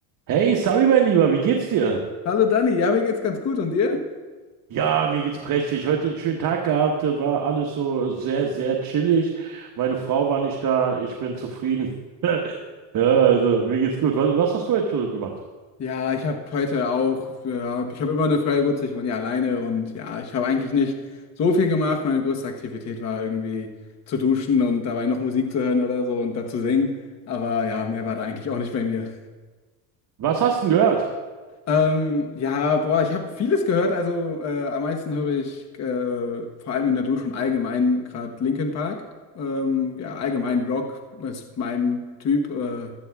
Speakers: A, on the right; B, on the left.
A: Hey, Sami, mein Lieber, wie geht's dir?
B: Hallo Dani, ja, mir geht's ganz gut und dir?
A: Ja, mir geht's prächtig. Heute einen schönen Tag gehabt, äh, war alles so sehr, sehr chillig. Meine Frau war nicht da, ich bin zufrieden. <laughs> Ja, also mir geht's gut. Was, was hast du heute so gemacht?
B: Ja, ich habe heute auch, ja, ich habe immer eine freie Wurzel, ich wohne ja alleine und ja, ich habe eigentlich nicht so viel gemacht. Meine größte Aktivität war irgendwie zu duschen und dabei noch Musik zu hören oder so und dazu singen, aber ja, mehr war da eigentlich auch nicht bei mir.
A: Was hast du denn gehört?
B: Ähm, ja, boah, ich habe vieles gehört. Also äh, am meisten höre ich äh, vor allem in der Dusche und allgemein gerade Linkin Park. Ähm, ja, allgemein Rock ist mein Typ. Äh,